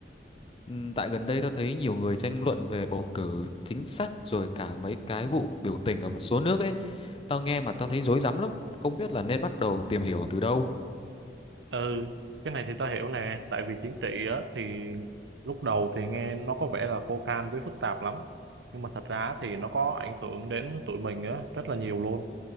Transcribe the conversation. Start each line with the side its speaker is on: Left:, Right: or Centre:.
Left: Ừm, Tại gần đây tao thấy nhiều người tranh luận về bầu cử chính sách rồi cả mấy cái vụ biểu tình ở một số nước ấy. Tao nghe mà tao thấy rối rắm lắm, không biết là nên bắt đầu tìm hiểu từ đâu.
Right: Ừ, cái này thì tao hiểu nè, tại vì chính trị á, thì lúc đầu thì nghe nó có vẻ là khô khan với phức tạp lắm. Nhưng mà thật ra thì nó có ảnh hưởng đến tụi mình á, rất là nhiều luôn.